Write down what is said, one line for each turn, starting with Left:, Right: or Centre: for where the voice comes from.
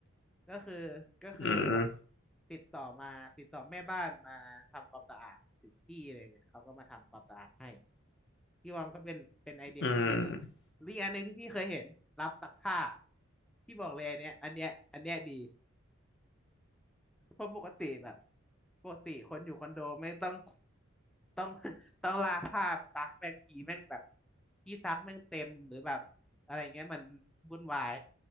Centre: ก็คือก็คือแบบ
Left: อืม
Centre: ติดต่อมาติดต่อแม่บ้านมาทำความสะอาดถึงที่อะไรเงี้ยเขาก็มาทำความสะอาดให้ พี่ว่ามันก็เป็นเป็นไอเดียที่ดี
Left: อืม
Centre: หรืออกอันหนึงที่พี่เคยเห็นรับซักผ้าพี่บอกเลยอันเนี้ยอันเนี้ยอันเนี้ยดีเพราะปกติแบบปกติคนอยู่คอนโดไม่ต้องต้อง <laughs> ต้องลากผ้ามาซักแม่งทีแม่งแบบที่ซักแม่งเต็มหรือแบบอะไรเงี้ยมันวุ่นวาย